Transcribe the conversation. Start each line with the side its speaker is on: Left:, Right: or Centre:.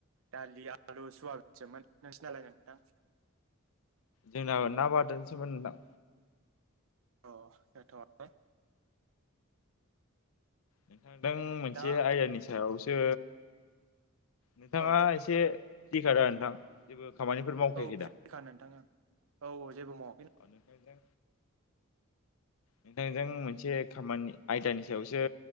Right: दालि आलु सवाबिनसोमोन। नोंसिना लाय नोंथां?
Left: जोंना ना बाथोन सोमोन नोंथां।
Right: अ <unintelligible>
Left: नोंथां मोनसे
Right: दा
Left: आयदानि सायावसो नोंथाङा
Right: औ औ
Left: एसे दिखारा नोंथां। खामानिफोर मावखायाखै
Right: औ फ्रिखा
Left: दा
Right: नोंथाङा ओं औ जेबो माव।
Left: अ नोंथांजों। नोंथांजों मोनसे खामानि आयदानि सायावसो